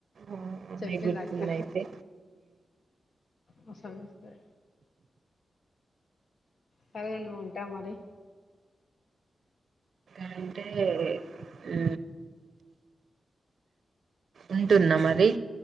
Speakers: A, on the right; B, on the left.
A: ఆవును
B: చెప్పింది
A: మీక్ గుర్తుంద
B: అక్క
A: అయితే
B: మస్తు అనిపిస్తది సరే గని ఉంటా మరి
A: అంటే ఊ ఉంటున్నా మరి